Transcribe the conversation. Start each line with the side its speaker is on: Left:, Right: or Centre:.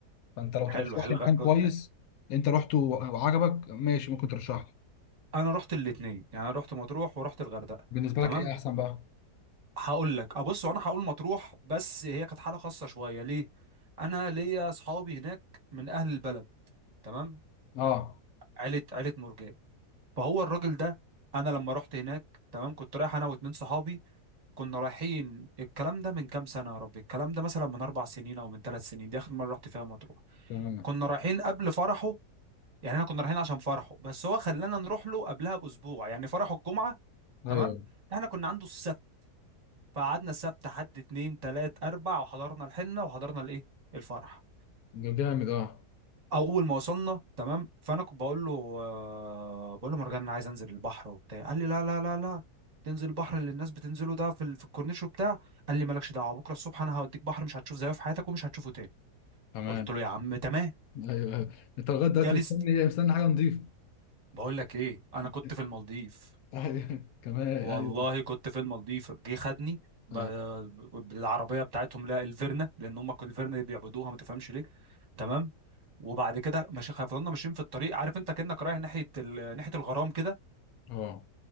Left: فانت لو
Right: حلو
Left: ترشح
Right: حلو
Left: لي مكان
Right: غ...
Left: كويس
Right: غ-
Left: انت رحته وعجبك ماشي ممكن ترشح لي
Right: انا رحت الاثنين يعني انا رحت مطروح ورحت الغردقه
Left: بالنسبه
Right: تمام
Left: لك ايه احسن بقى
Right: هقول لك ابص وانا هقول مطروح بس هي كانت حاله خاصه شويه ليه انا ليا اصحابي هناك من اهل البلد تمام
Left: اه
Right: عيله عيله مرجان فهو الراجل ده انا لما رحت هناك تمام كنت رايح انا واتنين صحابي كنا رايحين الكلام ده من كام سنه يا ربي الكلام ده مثلا من اربع سنين او من ثلاث سنين دي اخر مره رحت فيها مطروح
Left: تمام
Right: كنا رايحين قبل فرحه يعني احنا كنا رايحين عشان فرحه بس هو خلانا نروح له قبلها باسبوع يعني فرحه الجمعه
Left: ايوه
Right: تمام احنا كنا عنده السبت فقعدنا السبت حد اتنين تلات اربع وحضرنا الحنه وحضرنا الايه الفرح
Left: ده جامد اه
Right: اول ما وصلنا تمام فانا كنت بقول له آه، بقول له مرجان انا عايز انزل البحر وبتاع قال لي لا لا لا لا تنزل البحر اللي الناس بتنزله ده في ال- في الكورنيش وبتاع قال لي مالكش دعوه بكره الصبح انا هوديك بحر مش هتشوف زيه في حياتك ومش هتشوفه تاني
Left: تمام
Right: قلت له يا عم تمام
Left: ايوه أيوة. انت لغايه دلوقتي
Right: جالس
Left: مستني ايه مستني حاجه نضيفه
Right: بقول لك ايه انا
Left: <laughs>
Right: كنت في المالديف
Left: ايوه كمان
Right: والله
Left: ايوه
Right: كنت في المالديف جه خدني ب-
Left: اه
Right: بالعربيه بتاعتهم لا الفيرنا لان هم كانوا الفيرنا اللي بيعبدوها ما تفهمش ليه تمام وبعد كده ماشي فضلنا ماشيين في الطريق عارف انت كانك رايح ناحيه ال... ناحيه الغرام كده
Left: آه.